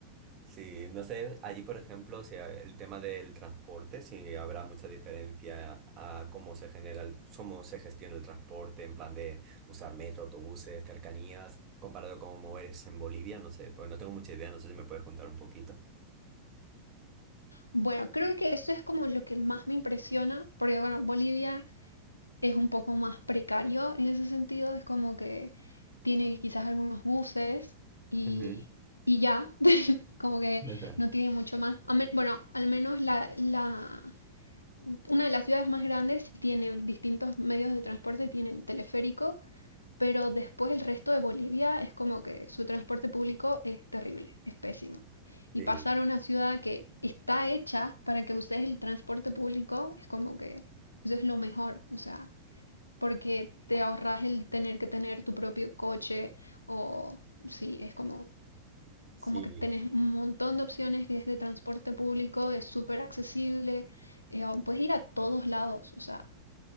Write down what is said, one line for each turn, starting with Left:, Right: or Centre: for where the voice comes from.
Right: Sí, no sé, allí por ejemplo, si el tema del transporte, si habrá mucha diferencia a cómo se genera, el- cómo se gestiona el transporte, en plan de usar metro, autobuses, cercanías, comparado con moverse en Bolivia, no sé, pues no tengo mucha idea, no sé si me puedes contar un poquito.
Left: Bueno, creo que eso es como lo que más me impresiona, porque bueno, Bolivia es un poco más precario en ese sentido, es como que tiene quizás algunos buses y,
Right: Ujú.
Left: y ya, <laughs> como que
Right: <laughs>
Left: no tiene mucho más. A me- Bueno, al menos la, la, una de las ciudades más grandes tiene distintos medios de transporte, tiene el teleférico, pero después el resto de Bolivia es como que su transporte público es terrible, es pésimo.
Right: Sí,
Left: Y pasar a una ciudad que está hecha para que uses el transporte público es como que eso es lo mejor, o sea, porque te ahorras el tener que tener tu propio coche o sí, es como
Right: sí.
Left: como que tenés un montón de opciones que es de transporte público, es súper accesible, eh, puedes ir a todos lados, o sea,